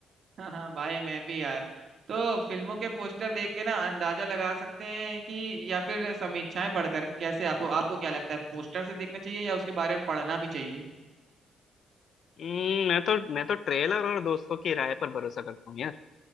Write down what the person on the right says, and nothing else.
<laughs> हाँ हाँ भाई मैं भी यार तो फिल्मों के पोस्टर देख के ना अंदाजा लगा सकते हैं कि या फिर समीक्षाएं पढ़कर कैसे आपको आपको क्या लगता है पोस्टर सिर्फ देखना चाहिए या उसके बारे में पढ़ना भी चाहिए